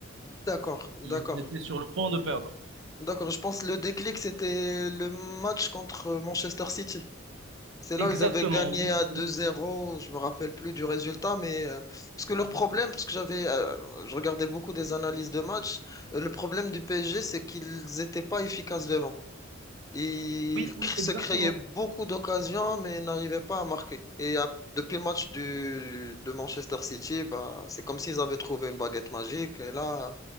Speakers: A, on the left; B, on the right.
A: D'accord, d'accord.
B: Ils étaient sur le point de perdre.
A: D'accord, je pense que le déclic, c'était le match contre Manchester City. C'est là
B: Exactement,
A: où ils avaient gagné
B: oui,
A: à deux
B: oui,
A: zéro, je me rappelle plus du résultat, mais euh, parce que leur problème, parce que j'avais, euh, je regardais beaucoup des analyses de match, euh, le problème du PSG, c'est qu'ils étaient pas efficaces devant. Ils
B: oui, oui,
A: cr- se
B: exactement.
A: créaient beaucoup d'occasions, mais n'arrivaient pas à marquer. Et à- depuis le match du, de Manchester City, bah, c'est comme s'ils avaient trouvé une baguette magique, et là,